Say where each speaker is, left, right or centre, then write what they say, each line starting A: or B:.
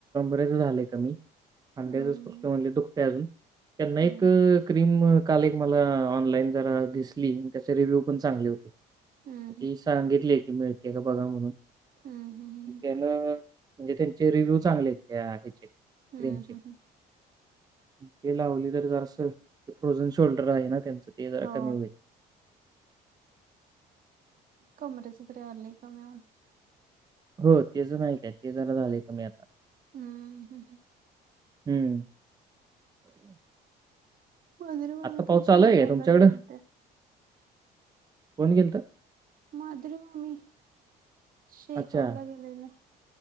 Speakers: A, on the right; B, on the right.
A: र झालंय कमी खांद्याच
B: हम्म
A: फक्त म्हणले दुखतय अजून त्यांना एक
B: हम्म
A: क्रीम काल एक मला ऑनलाईन जरा दिसली त्याचे रिव्ह्यू पण चांगले होते
B: हम्म
A: ती सांगितली की मिळते का बघा म्हणून
B: हम्म हम्म
A: त्यान म्हणजे त्यांचे रिव्ह्यू चांगले आहेत त्या ह्याचे क्रीमचे
B: हम्म हम्म
A: ते लावली तर जरस फ्रोजन शोल्डर आहे ना त्यांचं ते जरा
B: हो
A: कमी होईल.
B: कमरेच तररयाले कम
A: हो तेच नाही काय ते जरा झाले कमीी आता
B: हम्म हम्म हम्म
A: हम्म
B: मधुरम
A: आता
B: आम्ही पण
A: पाऊस चालाय
B: शेगावला
A: आहे तुमच्याकड
B: गेलते.
A: कोण गेल तर
B: माधरवा ममी शेगावला
A: अच्छा.
B: गेलेलं